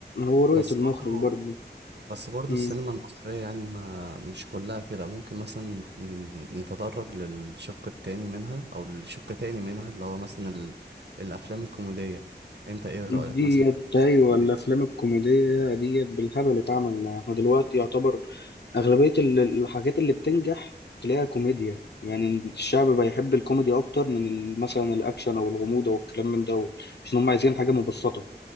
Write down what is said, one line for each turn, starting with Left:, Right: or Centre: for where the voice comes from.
Left: هو رؤية
Right: بس
Left: المخرج
Right: برضو
Left: برضو
Right: بس برضو
Left: مم.
Right: السينما المصرية يعني ما مش كلها كده ممكن مثلا ن- نتدرج للشق التاني منها أو لشق تاني منها اللي هو مثلا ال... الأفلام الكوميدية أنت إيه رأيك
Left: ديت
Right: مثلا في
Left: ايوه
Right: الكوميدية؟
Left: الافلام الكوميديه ديت بالهبل اتعمل احنا دلوقتي يعتبر اغلبيه ال- الحاجات اللي بتنجح تلاقيها كوميديا يعني الشعب بقى يحب الكوميدي اكتر من ال- مثلا الاكشن او الغموض او الكلام من ده عشان هم عايزين حاجه مبسطه